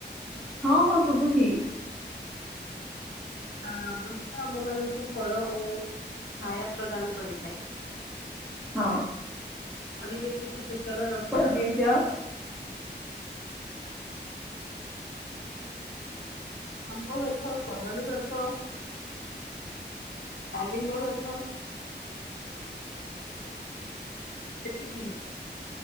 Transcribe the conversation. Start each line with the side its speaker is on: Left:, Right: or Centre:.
Centre: ହଁ, ହଁ, ଶୁଭୁଛି।
Left: ହଁ ବୃକ୍ଷା ଆମ୍ମ ମାନଙ୍କୁ ଫଳ ଓ ଛାୟା ପ୍ରଦାନ କରିଥାଏ।
Centre: ହଁ।
Left: ପରିବେଶକୁୁ ଶୀତଳ ରଖିଥାଏ।
Centre: ଲଗେଇଛ
Left: ଆମ୍ବ ଗଛ, କଦଳୀ ଗଛ, ଡାଲିମ୍ବ ଗଛ ସେତିକି ହିଁ।